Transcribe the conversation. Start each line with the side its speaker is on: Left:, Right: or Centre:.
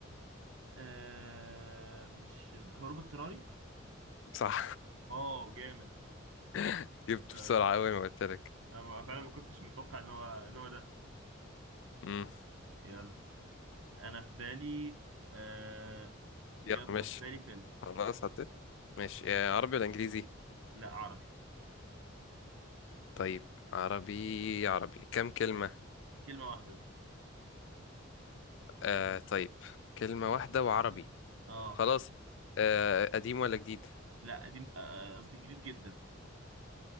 Right: آه مش هروب اضطراري
Left: صح
Right: اه جامد
Left: <laughs> جبت
Right: حلو
Left: بسرعة
Right: قوي
Left: أوي ما قلت لك
Right: انا فعلا ما كنتش متوقع ان هو ان هو ده
Left: امم
Right: يلا انا في بالي آه يلا
Left: يلا ماشي
Right: في بالي فيلم
Left: خلاص حطيت ماشي آه، عربي ولا إنجليزي
Right: لا عربي
Left: طيب عربي عربي كم كلمة
Right: كلمة واحدة
Left: آه طيب كلمة واحدة وعربي
Right: اه
Left: خلاص آه قديم ولا جديد
Right: لا قديم آه، قصدي جديد جدا